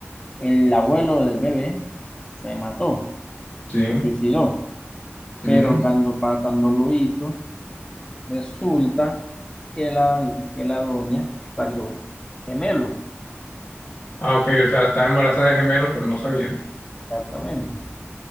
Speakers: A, on the left (about 20°); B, on the left (about 50°).
A: el abuelo del bebé se mató.
B: sí.
A: se suicidó.
B: ujú.
A: Pero cuando, pa- cuando lo hizo, resulta que la, que la doña parió gemelos,
B: Ah, ok, o sea, estaba embarazada de gemelos, pero no sabían.
A: exactamente.